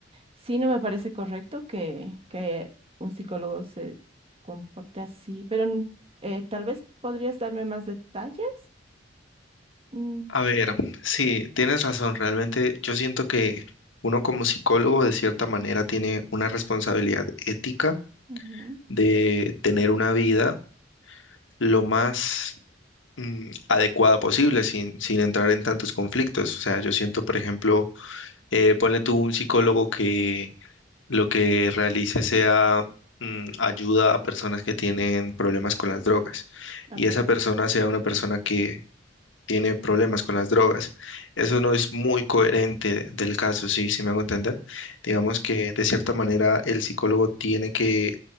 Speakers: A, on the right; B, on the left.
A: sí, no me parece correcto que, que un psicólogo se comporte así, pero mm, eh, tal vez podrías darme más detalles. Mm,
B: A ver, sí, tienes razón. Realmente yo siento que uno como psicólogo de cierta manera tiene una responsabilidad ética
A: ujú,
B: de tener una vida lo más mm, adecuada posible sin, sin entrar en tantos conflictos. O sea, yo siento, por ejemplo, eh, ponle tú un psicólogo que lo que realice sea mm, ayuda a personas que tienen problemas con las drogas
A: ok.
B: y esa persona sea una persona que tiene problemas con las drogas. Eso no es muy coherente del caso, sí, sí me hago entender. Digamos que de cierta manera el psicólogo tiene que,